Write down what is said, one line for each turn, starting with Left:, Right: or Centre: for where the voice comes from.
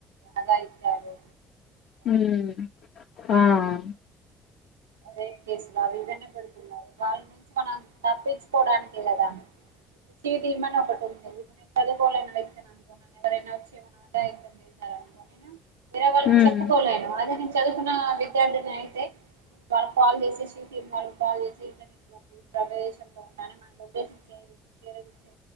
Right: అగాయిత్యాలు
Left: ఉమ్ ఆఅ
Right: అదే కేసు బాబు ఇవన్నీ పెడుతున్నారు వాళ్ళ నుంచి మనం తప్పించుకోవడానికే కదా ఇప్పుడు సీ టీమ్ అని ఒకటి ఉంది ఇప్పుడు నేను చదువుకోలేని వ్యక్తిని అనుకో నన్ను ఎవరైనా వచ్చి ఎమన్నా అఘాయిత్యం చేశారు. నేను వేరే వాళ్ళకి
Left: ఉమ్,
Right: చెప్పుకోలేను అదే నేను చదువుకున్న విద్యార్థిని అయితే వాళ్ళక్ కాల్ జేసి సీ టీమ్ వాళ్ళ కాల్ జేసి ఇట్ల నేన్ ఈ ప్రదేశంలో ఉన్న అని మన లొకేషన్ సే సేర్ జేస్తే